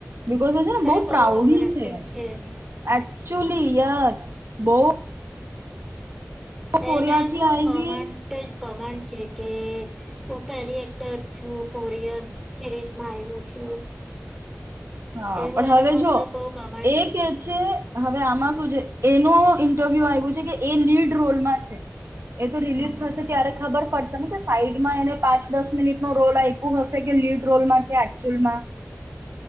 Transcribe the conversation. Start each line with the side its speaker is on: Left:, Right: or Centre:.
Right: બિકોઝ છે ને, બહુ
Centre: અરે
Right: પ્રાઉડ
Centre: ઓવર એક્ટિંગ
Right: છે,
Centre: એની
Right: એકચુલી, યસ. બહુ કોરિયાથી
Centre: એને શું,
Right: આયવી
Centre: કન્ટ કમાન્ટ છે કે? હું પેલી એક્ટર છું, કોરિયન સિરીઝમાં આવું છું.
Right: હા,
Centre: એવું
Right: પણ
Centre: એને
Right: હવે
Centre: મતલબ
Right: જો
Centre: બહુ કમાન્ડ
Right: એ કે છે, હવે આમાં. શુ છે, એનો ઇન્ટરવ્યુ આવ્યું છે કે એ લીડ રોલમાં છે? એ તો રિલીઝ
Centre: હમ
Right: થશે ત્યારે ખબર પડશે ને, કે સાઈડમાં એને પાંચ દસ મિનિટ નો રોલ આપ્યો હશે કે. લીડ રોલમાં કેચુઅલમાં